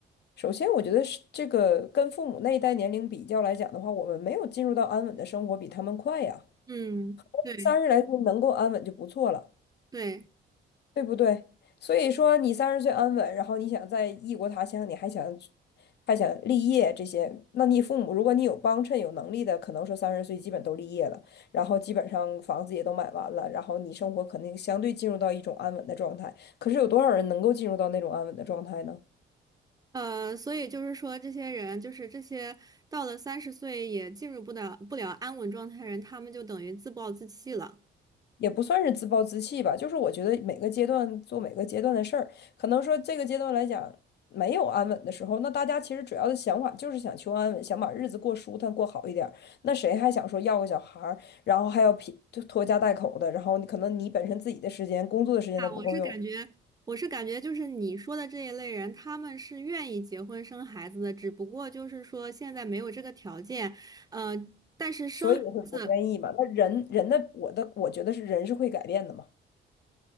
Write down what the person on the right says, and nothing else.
嗯，对
对，
呃，所以就是说，这些人就是这些到了三十岁也进入不了不了安稳状态的人，他们就等于自暴自弃了。
啊，我是感觉，我是感觉，就是你说的这一类人，他们是愿意结婚生孩子的，只不过就是说现在没有这个条件，呃，但是生孩子